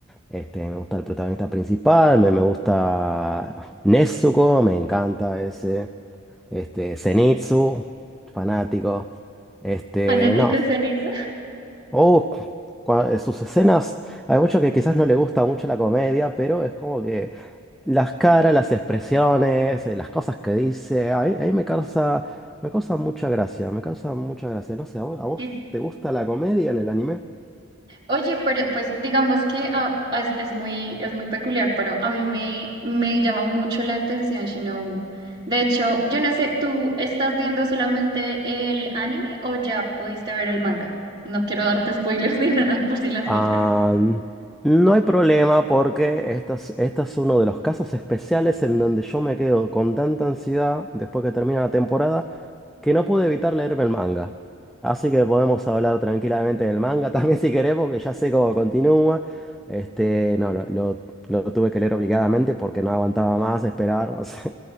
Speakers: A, in the centre; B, on the right.
A: este, me gusta el protagonista principal, me, me gusta Nezuko, me encanta ese, este, Zenitsu, fanático. Este,
B: Fanáticos
A: no.
B: en eso.
A: Oh, cu- cua- eh, sus escenas, hay mucho que quizás no le gusta mucho la comedia, pero es como que las caras, las expresiones, eh, las cosas que dice, a mí, a mí me causa, me causa mucha gracia, me causa mucha gracia. No sé, ¿a
B: <laughs>
A: vos, a vos
B: Qué
A: te gusta la comedia en el anime?
B: Oye, pero pues digamos que ah, es, es muy, es muy peculiar, pero a mí me, me llama mucho la atención Shinobu. De hecho, yo no sé, ¿tú estás viendo solamente el anime o ya pudiste ver el manga? No quiero darte spoilers <laughs> ni nada por si las
A: Ah,
B: moscas.
A: no hay problema porque esta es, esta es uno de los casos especiales en donde yo me quedo con tanta ansiedad después que termina la temporada que no pude evitar leerme el manga. Así que podemos hablar tranquilamente del manga también <laughs> si querés porque ya sé cómo continúa. Este, no, lo, lo- lo tuve que leer obligadamente porque no aguantaba más esperar. <laughs> o sea,